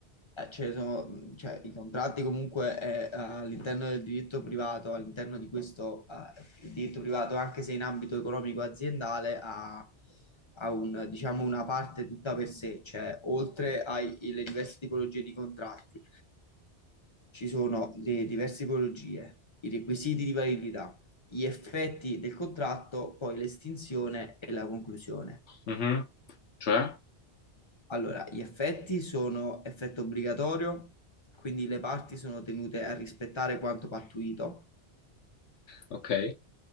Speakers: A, on the left (about 30°); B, on the left (about 85°).
A: Eh, cioè, sono- cioè, i contratti comunque eh, all'interno del diritto privato, all'interno di questo eh, il diritto privato, anche se in ambito economico aziendale, ha, ha un, diciamo, una parte tutta per sé, cioè oltre alle diverse tipologie di contratti. Ci sono le diverse tipologie, i requisiti di validità, gli effetti del contratto, poi l'estinzione e la conclusione.
B: Mhm. Cioè?
A: Allora, gli effetti sono effetto obbligatorio, quindi le parti sono tenute a rispettare quanto pattuito,
B: Ok.